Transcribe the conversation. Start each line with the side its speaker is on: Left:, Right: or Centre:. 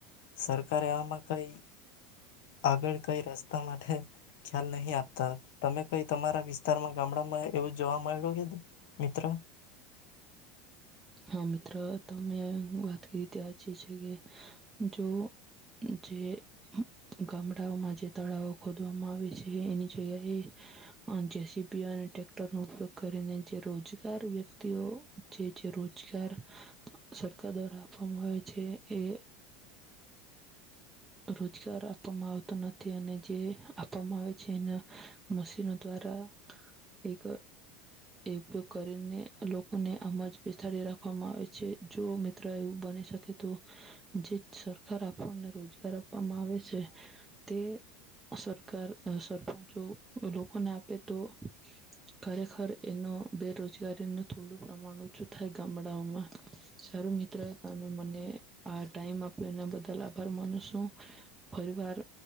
Left: સરકારે આમાં કઈ આગળ કઈ રસ્તામાં થ ખ્યાલ નહી આપતા તમે કઈ તમારા વિ ગામડામાં એવું જોવા મળમાંયું મિત્ર
Right: હ મિત્ર તમે વાત કરી ત્યાચી છે કે જો જે ગામડાઓમાં જે તળાવો ખોદવામાં આવે છે એની જગ્યાએ જેસીબી અને ટેક્ટર ન ઉપયોગ કરીને જે રોજગાર વ્યક્તિઓ જે સરકાર દ્વારા આપવામાં આવે છે એ રોજગાર આપવામાં આવતો નથી અને જે આપવામાં આવે છે એના મશીનો દ્વારા એક ઉપયોગ કરીને લોકોને આમ જ ળ રાખવામાં આવે છે જો મિત્ર એવું બની શકે તો જે સરકાર આપણને રોજગાર આપવામાં આવે છે તે સરકાર સરપંચો લોકોને આપે તો ખરેખર એનો બેરોજગારીનું થોડું પ્રમાણ થાય ગામડાઓમાં સારું મિત્ર હતા અને મને આ ટાઈમ આપ્યો એના બદલ આભાર માનું છું ફરીવાર